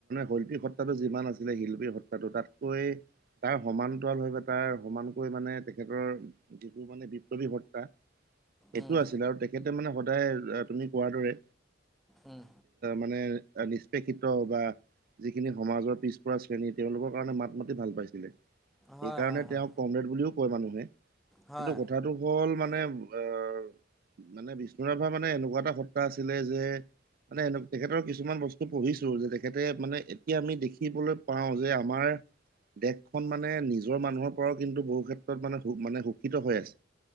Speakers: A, on the right; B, in the centre.
A: শৈল্পী সত্ৰাটো যিমান আছিলে শিল্পী সত্ৰাটো তাতকৈ তাৰ সমান্তৰল ভাবে তাৰ সমান তকৈ মানে তেখেতৰ যিটো মানে বিপ্লৱী সত্ৰা সেইটো
B: উম,
A: আছিল আৰু তেখেতে মানে সদায় তুমি কোৱাৰ দৰে,
B: উম।
A: মানে নিষ্পেষিত বা যিখিনি সমাজৰ পিছপৰা শ্ৰেণী তেওঁলোকৰ কাৰণে মাত মাতি ভাল পাইছিলে।
B: হয়
A: সেইকাৰণে
B: হয় হয়
A: তেওঁক কমৰেড বুলিও কয় মানুহে,
B: হয়
A: কিন্তু কথাটো হ'ল মানে আহ, মানে বিষ্ণু ৰাভা মানে এনেকুৱা এটা সত্ৰা আছিলে যে মানে এনে তেখেতৰ কিছুমান বস্তু পঢ়িছো যে তেখেতে মানে এতিয়া আমি দেখিবলৈ পাওঁ যে আমাৰ দেশখন মানে নিজৰ মানুহৰ পৰাও কিন্তু বহু ক্ষেত্ৰত মানে মানে শোষিত হৈ আছে।